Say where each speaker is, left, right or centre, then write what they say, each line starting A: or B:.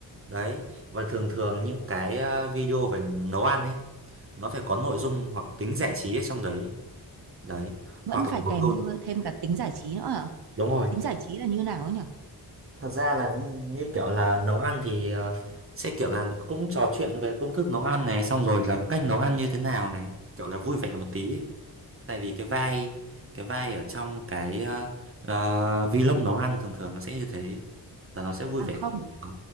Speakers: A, on the right; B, on the right.
A: Đấy, và thường thường những cái ờ, video về nấu ăn ấy, nó phải có nội dung hoặc tính giải trí ở trong đấy. Đấy,
B: vẫn
A: hoặc
B: phải
A: là một
B: kèm
A: câu...
B: thêm thêm cả tính giải trí nữa hả
A: Đúng rồi.
B: tính giải trí là như nào ấy nhỉ
A: thật ra là như kiểu là nấu ăn thì ờ, sẽ kiểu là cũng trò chuyện về công thức nấu ăn này xong rồi là cách nấu ăn như thế nào này kiểu là vui vẻ một tí ấy. Tại vì cái vai cái vai ở trong cái ờ, ờ, vlog nấu ăn thường thường nó sẽ như thế là nó sẽ vui
B: à
A: vẻ
B: không
A: à,